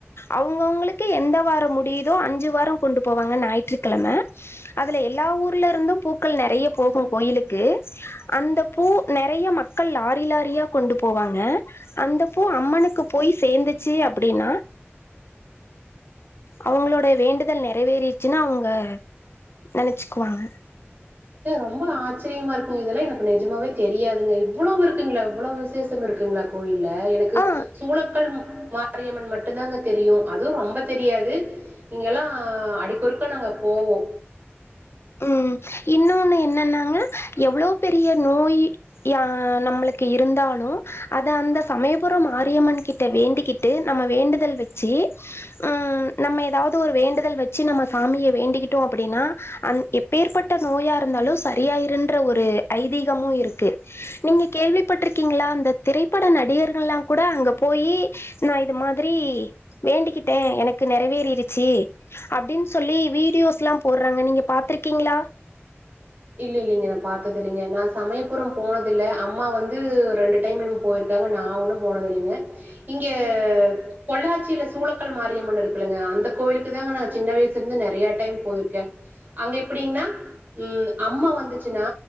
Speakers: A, on the left (about 65°); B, on the right (about 40°).
A: அவுங்கவுங்களுக்கு எந்த வாரோ முடியுதோ அஞ்சு வாரோ கொண்டு போவாங்க ஞாயிற்றுக்கிழம அதுல எல்லா ஊர்ல இருந்து பூக்கள் நெறைய போகு கோயிலுக்கு அந்த பூ நெறைய மக்கள் லாரி லாரியா கொண்டு போவாங்க அந்த பூ அம்மனுக்கு போய் சேந்துச்சு அப்படீனா அவுங்களோட வேண்டுதல் நிறைவேறிட்ச்சுனு அவுங்க நெனச்சுக்குவாங்க
B: ஏ ரொம்ப ஆச்சரியமா இருக்குங் இதெல்லா எனக்கு நெஜமாவே தெரியாதுங்க இவ்வளோ இருக்குங்ளா இவ்வளோ விசேஷம் இருக்குங்ளா கோயில்ல எனக்கு
A: ஆ
B: சூளக்கல் மாரிய ம்மன் மட்டுந்தாங்க தெரியு அதுவு ரொம்ப தெரியாது இங்கெல்லா ஆடிக்கொருக்க நாங்க போவோ
A: ம் இன்னோனு என்னன்னாங்க எவ்வளோ பெரிய நோயி யா நம்மளுக்கு இருந்தாலு அத அந்த சமயபுரம் மாரியம்மன் கிட்ட வேண்டிக்கிட் டு நம்ம வேண்டுதல் வெச்சு ம் நம்ம எதாவ்து ஒரு வேண்டுதல் வெச்சு நம்ம சாமிய வேண்டிக்கிட்டோ அப்படீனா அந் எப்பேற்பட்ட நோயா இருந்தாலு சரியாயிருன்ற ஒரு ஐதீகமு இருக்கு நீங்க கேள்விப்பட்ருக்கீங்களா அந்த திரைப்பட நடிகர்கள்லா கூட அங்க போயி நா இது மாதிரி வேண்டிக்கிட்டே எனக்கு நெறைவேறிருச்சி அப்படின்னு சொல்லி வீடியோஸ் எல்லா போடுறாங்க நீங்க பாத்துருக்கீங்களா
B: இல்ல இல்லைங்க நா பாத்தது இல்லைங்க நா சமயபுறோ போனதில்ல அம்மா வந்து ரெண்டு டைம் என்னமோ போயிருக் காங்க நா ஒன்னு போனதில்லைங்க இங்க பொள்ளாச்சியில சூலக்கல் மாரியம்மன் இருக்குல்லங்க அந்த கோவிலுக்கு தாங்க நா சின்ன வயசு இருந்து நெறையா டைம் போயிருக்கே அங்க எப்டிங்னா ம் அம்மா வந்துச்சுன்னா